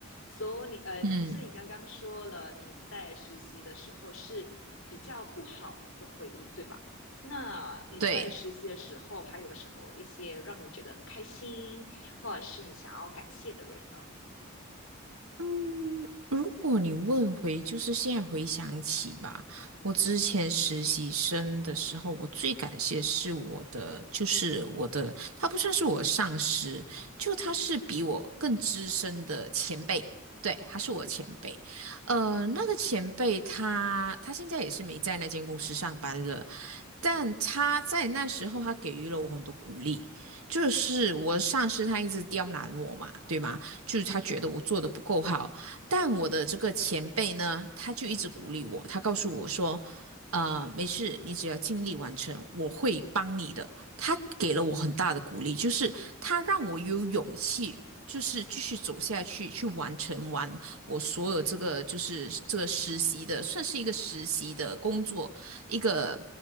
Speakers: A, on the left; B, on the right.
A: 所以你呃，
B: 嗯，
A: 是你刚刚说了你在实习的时候是比较不好的回忆，对吧？那你在实习的时候还有什么一些让你觉得很开心，
B: 对。
A: 或者是你想要感谢的人呢？
B: 嗯，如果你问回，就是现在回想起吧，我之前实习生的时候，我最感谢是我的，就是我的，他不算是我的上司，就他是比我更资深的前辈，对，他是我前辈。呃，那个前辈他他现在也是没在那间公司上班了，但他在那时候他给予了我很多鼓励，就是我的上司他一直刁难我嘛，对吗？就是他觉得我做的不够好。
A: 嗯
B: 但我的这个前辈呢，他就一直鼓励我，他告诉我说，呃，没事，你只要尽力完成，我会帮你的。他给了我很大的鼓励，就是他让我有勇气。就是继续走下去，去完成完我所有这个就是这个实习的，算是一个实习的工作，一个